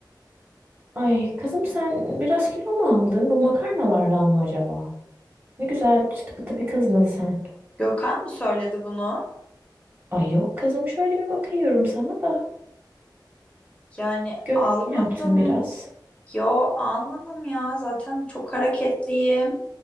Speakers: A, on the right; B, on the left.
A: Ay kızım sen biraz kilo mu aldın? Bu makarnalardan mı acaba? Ne güzel çıtı pıtı bir kızdın sen.
B: Gökhan mı söyledi bunu?
A: Ay yok kızım şöyle bir bakıyorum sana da.
B: Yani
A: Göbek
B: almadım.
A: mi yaptın biraz?
B: Yo almadım ya zaten çok hareketliyim.